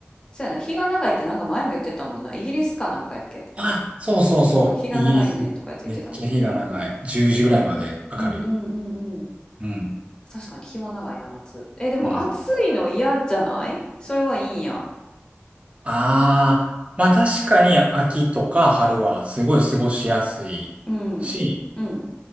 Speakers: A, on the left; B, on the right.
A: そうやな。日が長いってなんか前も言ってたもんな。イギリスかなんかやっけ。
B: あ、そうそうそう。
A: そう、日が長いねんとかやって言ってたもんな。
B: イギリス、めっちゃ日が長い。
A: うん。
B: 10時ぐらいまで明るい。
A: うんうんうんうん。
B: うん。
A: 確かに日は長いな、夏。え、でも暑いの嫌じゃないそれはいいんや。
B: うん。ああ、まあ確かに秋とか春はすごい過ごしやすいし、
A: うん。うん。